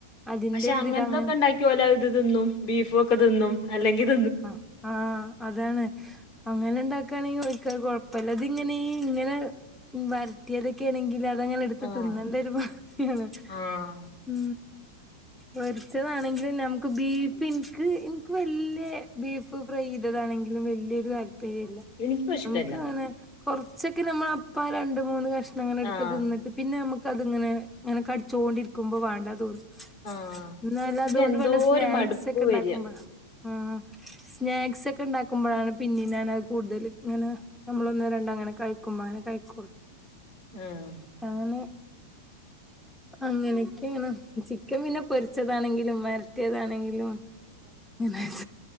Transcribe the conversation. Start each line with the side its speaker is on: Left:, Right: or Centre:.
Centre: അതിന്റെ
Left: പക്ഷെ
Centre: ഒരിതില്
Left: അങ്ങനത്തൊക്കെ
Centre: അങ്ങനെ
Left: ഉണ്ടാക്കിയോല് ഇത് തിന്നും ബീഫും ഒക്കെ തിന്നും അല്ലെങ്കിൽ
Centre: ആ ആ അതാണ് അങ്ങനെണ്ടാക്ക അങ്ങനാണങ്കി ഇവർക്ക് കുഴപ്പല്ല ഇത് ഇങ്ങനെ ഇങ്ങനെ വരട്ടിയതൊക്കെ ആണെങ്കിൽ അങ്ങനെ എടുത്ത്
Left: ആഹ്
Centre: തിന്നേണ്ട ഒരു ബാക്കിയാണ്
Left: ആഹ്
Centre: ഉ പെരിച്ചതാണെങ്കിൽ നമുക്ക് ബീഫ് എനിക്ക് എനിക്ക് വല്യ ബീഫ് ഫ്രൈ ചെയ്തതാണെങ്കിലും വലിയൊരു താല്പര്യ ഇല്ല
Left: എനിക്കും ഇഷ്ടല്ല
Centre: നമുക്ക് ഇങ്ങനെ കുറച്ച നമ്മള് അപ്പാ രണ്ട് മൂന്ന് കഷ്ണം അങ്ങനെ എടുത്ത്
Left: ആഹ്
Centre: തിന്നിട്ട് പിന്നെ നമുക്ക് അത് ഇങ്ങനെ ഇങ്ങനെ കടിച്ചോണ്ടിരിക്കുമ്പോ വാണ്ടതോന്നും
Left: ആഹ്
Centre: ഇന്ന് വല്ല
Left: പിന്നെ
Centre: അതുകൊണ്ട്
Left: എന്തോ
Centre: വല്ല സ്നാക്സ്
Left: ഒരു മടുപ്പ്
Centre: ഒക്കെ ഉണ്ടാക്കുമ്പോ
Left: വരിക
Centre: <unintelligible> സ്നാക്സ് ഒക്കെ ഉണ്ടാക്കുമ്പോഴാണ് പിന്നെ ഞാനത് കൂടുതൽ ഇങ്ങനെ നമ്മളൊന്നോ രണ്ടോ അങ്ങനെ കഴിക്കുമ്പോ അങ്ങനെ കഴിക്കോളു
Left: ആഹ്
Centre: ഞാന് അങ്ങനെയൊക്കെയാണ് ചിക്കൻ പിന്നെ പൊരിച്ചതാണെങ്കിലും വര വരട്ടിയതാണെങ്കിലും ഇങ്ങനെ